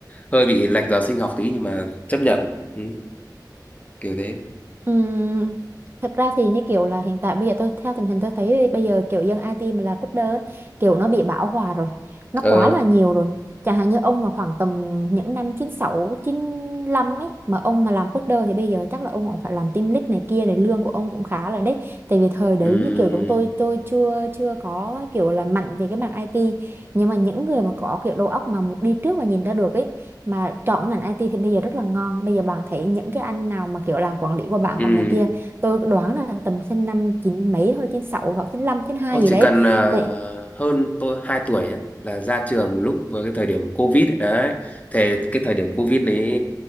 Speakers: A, on the left; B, on the right.
A: hơi bị lệch giờ sinh học tí nhưng mà chấp nhận ừ, kiểu thế
B: Ừm, thật ra thì như kiểu là hiện tại bây giờ tôi theo tình hình tôi thấy thì bây giờ kiểu dân IT mà là coder á, kiểu nó bị bão hòa rồi nó
A: ờ
B: quá là nhiều rồi chẳng hạn như ông mà khoảng tầm những năm chín sáu chín 95 ấy mà ông mà làm coder thì bây giờ chắc là ông cũng phải làm team lead này kia rồi lương của ông cũng khá rồi đấy tại vì thời đấy
A: ừ,
B: như kiểu chúng tôi tôi chưa chưa có kiểu là mạnh về cái mảng IT nhưng mà những người mà có kiểu đầu óc mà đi trước và nhìn ra được ấy mà chọn ngành IT thì bây giờ rất là ngon bây giờ bạn thấy những cái anh nào mà kiểu làm quản lý của bạn
A: ừ
B: hoặc này kia tôi đoán là tầm sinh năm chín mấy thôi chín sáu hoặc chín lăm chín hai
A: Ồ,
B: gì
A: chỉ
B: đấy
A: cần ờ,
B: Tại-
A: hơn tôi 2 tuổi nhé là ra trường lúc với cái thời điểm Covid ấy. đấy thì cái thời điểm Covid đấy